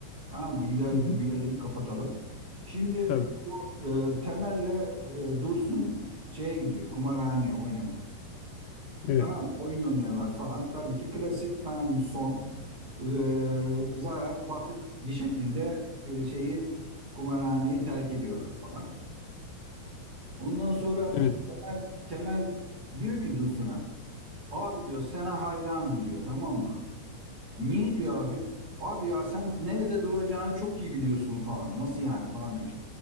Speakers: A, on the right (about 35°); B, on the left (about 75°).
A: Tamam mı? Güzel
B: Hı hı.
A: bir gülelim, kapatalım. Şimdi
B: Tabii.
A: bu e, Temel'le e, Dursun şeye gidiyor. Kumarhaneye oynamaya.
B: Evet.
A: Tamam mı? Oyun oynuyorlar falan. Tabii ki klasik tamam mı? Son e, zarar, batık bir şekilde e, şeyi kumarhaneyi terk ediyorlar falan. Ondan sonra
B: Evet.
A: Temel, Temel diyor ki Dursun'a Abi diyor sana hayranım diyor tamam mı? Niye diyor abi? Abi ya sen nerede duracağını çok iyi biliyorsun falan. Nasıl yani falan demiş.